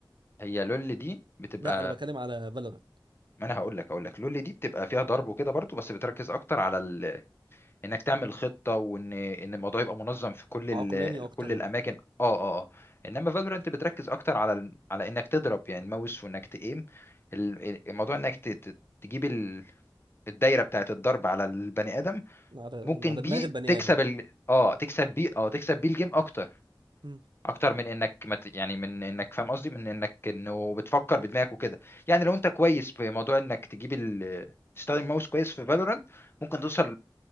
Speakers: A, on the left (about 30°); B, on the right (about 65°).
A: هي لول دي بتبقى
B: لا انا بتكلم على فالورنت
A: ما انا هقول لك هقول لك لول دي بتبقى فيها ضرب وكده برضو بس بتركز اكتر على ال... انك تعمل خطه وان ان الموضوع يبقى منظم في كل
B: عقلاني
A: ال...
B: اكتر
A: كل
B: يعني
A: الاماكن اه اه اه انما فالورانت بتركز اكتر على ال... على انك تضرب يعني الماوس وانك تقيم ال- الموضوع انك ت... ت- تجيب ال... الدايره بتاعه الضرب على البني ادم
B: على
A: ممكن
B: على دماغ
A: بيه
B: البني
A: تكسب
B: ادم
A: ال... اه تكسب بيه اه تكسب بيه الجيم اكتر
B: م.
A: اكتر من انك مت يعني من انك فاهم قصدي من انك انه بتفكر بدماغك وكده يعني لو انت كويس في موضوع انك تجيب ال... تستخدم ماوس كويس في فالورانت ممكن توصل